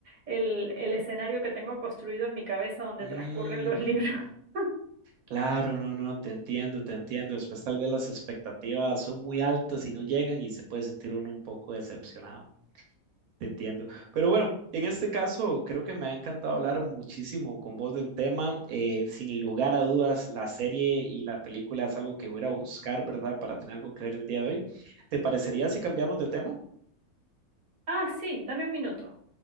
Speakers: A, on the right; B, on the right.
A: el, el escenario que tengo construido en mi cabeza donde
B: Ujú.
A: transcurren los libros. <laughs>
B: Claro, no, no, te entiendo, te entiendo. Después tal vez las expectativas son muy altas y no llegan y se puede sentir uno un poco decepcionado. Te entiendo. Pero bueno, en este caso creo que me ha encantado hablar muchísimo con vos del tema. Eh, sin lugar a dudas, la serie y la película es algo que voy a ir a buscar, ¿verdad? Para tener algo que ver el día de hoy. ¿Te parecería si cambiamos de tema?
A: Ah, sí, dame un minuto.